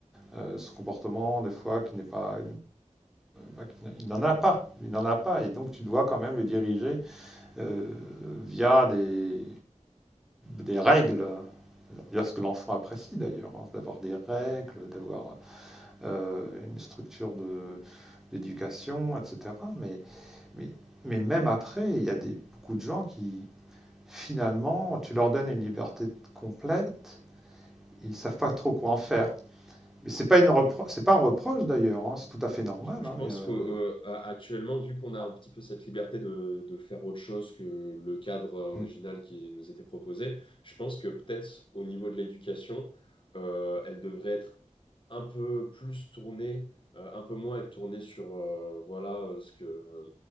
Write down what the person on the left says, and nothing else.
Je je
pense
qu'actuellement, vu qu'on a
un petit peu cette liberté de, de faire autre chose que le cadre euh,
original qui nous était proposé, je pense que peut-être au niveau de l'éducation, euh, elle devrait être un peu plus tournée, euh, un peu moins être tournée sur euh, voilà euh, ce que euh,